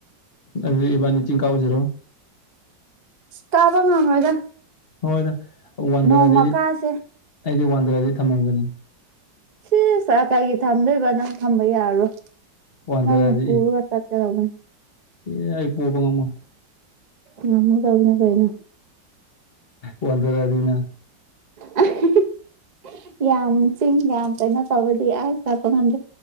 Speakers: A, on the left; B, on the right.
A: ꯑꯗꯨꯗꯤ ꯏꯕꯥꯟꯅꯤ ꯆꯤꯡ ꯀꯥꯎꯖꯤꯔꯣ
B: ꯀꯥꯕ ꯉꯝꯃꯣꯏꯗ
A: ꯍꯣꯏꯗ ꯋꯥꯟꯗꯔꯗꯤ
B: ꯅꯣꯡꯃ ꯀꯥꯁꯦ
A: ꯑꯩꯗꯤ ꯋꯥꯟꯗꯔꯗꯤ ꯊꯝꯃꯝꯒꯅꯤ
B: ꯁꯤꯁ ꯀꯩꯒꯤ ꯊꯝꯗꯣꯏꯕ ꯅꯪ ꯊꯝꯕ ꯌꯥꯔꯣꯏ
A: ꯋꯥꯟꯗꯔꯗꯤ
B: ꯅꯪꯅ ꯄꯨꯔꯒ ꯆꯠꯀꯗꯧꯕꯅꯦ
A: ꯑꯦ ꯑꯩ ꯄꯨꯕ ꯉꯝꯃꯣꯏ
B: ꯉꯝꯒꯗꯧꯕꯅꯦ ꯀꯩꯅꯣ
A: ꯋꯥꯟꯗꯔꯗꯤ ꯅꯪ
B: ꯑꯥ ꯍꯥꯍꯦ ꯌꯥꯝ ꯆꯤꯡ ꯌꯥꯝ ꯀꯩꯅꯣ ꯇꯧꯕꯗꯤ ꯑꯩ ꯆꯠꯄ ꯉꯝꯗꯦ